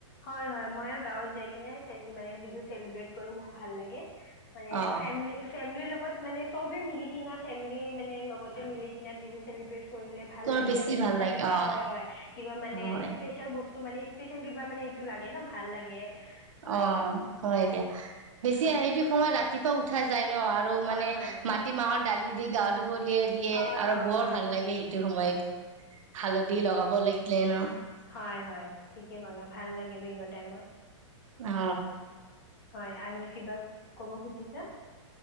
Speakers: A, on the left; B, on the right.
A: হয় হয় মই গাঁৱত যাই কিনে মানে বিহু চেলিব্ৰেট কৰিও মোক ভাল লাগে। মানে
B: অ
A: ফেমিলি ফেমিলিৰ লগত কত মানে চবে মিলি কি ফেমি মানে লগতে মিলি কিনে বিহু চেলিব্ৰেট কৰিলে ভাল
B: তোমাৰ
A: লাগে
B: বেছি
A: আৰু পিঠা
B: ভাল লাগে
A: চিঠা
B: অ
A: হয় হয় কিবা মানে
B: হয়
A: ইস্পেচিয়েল বস্ত তো মানে স্পেচিয়েল কিবা মানে এইটো লাগে ন ভাল লাগে। হয়
B: অ হয় দিয়া বেছি
A: হয়
B: হেটো সময়ত ৰাতি ব উঠা যায় ন আৰু
A: হয়
B: মানে
A: হয়
B: মাটি মাহত ডালি দি গাওঁ ধুহ <unintelligible> লিয়ে দিয়ে
A: হয়
B: আৰু
A: হয়
B: বৰ
A: হয়
B: ভাল
A: ঠিকেই
B: লাগে
A: ক'লা
B: সেইটো সময়ত
A: হয়
B: হালধি লগাব লাগিলে ন। <unintelligible>
A: হয় হয় ঠিকে কলে ভাল লাগে বিহুৰ টাইমত।
B: অ।
A: হয় আৰু কিবা কব খুজিছা?